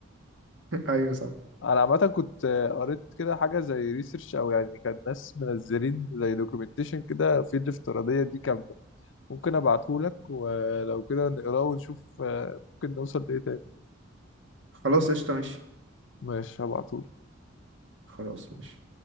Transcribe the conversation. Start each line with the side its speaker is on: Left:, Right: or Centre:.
Right: <laughs> ايوه صح
Left: انا عامه كنت قريت كده حاجه زي ريسيرش او يعني كان ناس منزلين زي دوكيومنتيشن كده في الافتراضيه دي كامله ممكن ابعته لك ولو كده نقراه ونشوف آه، ممكن نوصل لايه تاني
Right: خلاص قشطه ماشي
Left: ماشي هبعته
Right: خلاص ماشي